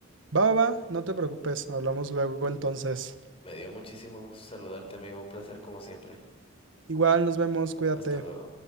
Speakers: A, on the right; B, on the left.
A: Va, va, va, no te preocupes, hablamos luego entonces.
B: Me dio muchísimo gusto saludarte, amigo. Un placer como siempre.
A: Igual, nos vemos, cuídate.
B: Hasta luego.